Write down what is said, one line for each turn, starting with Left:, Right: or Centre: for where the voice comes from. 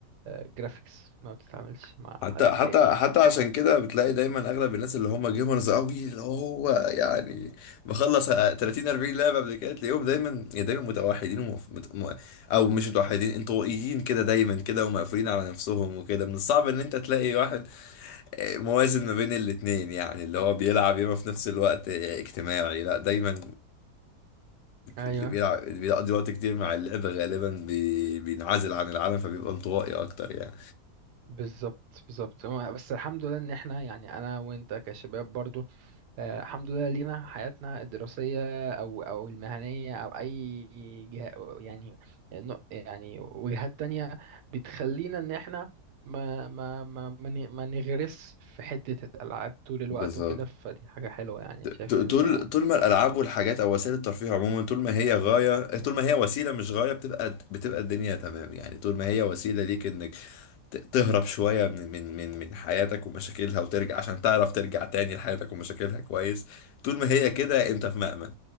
Right: جرافيكس ما بتتعاملش مع حد
Left: حتى
Right: تاني
Left: حتى حتى عشان كده بتلاقي دايما اغلب الناس اللي هم جيمرز قوي اللي هو يعني مخلص 30 40 لعبه قبل كده تلاقيهم دايما يعني دايما متوحدين ومف... مت... م... او مش متوحدين انطوائيين كده دايما كده ومقفولين على نفسهم وكده من الصعب ان انت تلاقي واحد آه، موازن ما بين الاتنين يعني اللي هو بيلعب ياما في نفس الوقت آه، اجتماعي لا دايما
Right: ايوه
Left: اللي بيلعب اللي بيقضي وقت كتير مع اللعبة غالبا بي... بينعزل عن العالم فبيبقى انطوائي أكتر يعني
Right: بالظبط بالظبط هو- بس الحمد لله ان احنا يعني انا وانت كشباب برضو آه، الحمد لله لينا حياتنا الدراسية أو أو المهنية أو أي جهة يعني نق- يعني وجهات تانية بتخلينا إن إحنا ما ما ما ما ن- ما نغرس في حتة الألعاب طول الوقت
Left: بالظبط
Right: وكده فدي حاجة حلوة يعني
Left: ت-
Right: شايف
Left: طول
Right: إن ده
Left: طول ما الألعاب والحاجات أو وسائل الترفيه عموما طول ما هي غاية طول ما هي وسيلة مش غاية بتبقى بتبقى الدنيا تمام يعني طول ما هي وسيلة ليك إنك ت- تهرب شوية من من من من حياتك ومشاكلها وترجع عشان تعرف ترجع تاني لحياتك ومشاكلها كويس طول ما هي كده أنت في مأمن